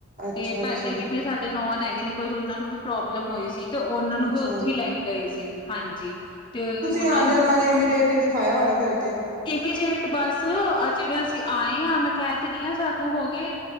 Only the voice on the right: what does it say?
ਅੱਛਾ
ਅੱਛਾ
ਅੱਛਾ
ਧਿਆਨ ਦੇ ਨਾਲ ਇਮੀਡੀੇਏਟ ਵੀ ਖਾਇਆ ਹੋਣਾ ਫੇਰ ਤੇ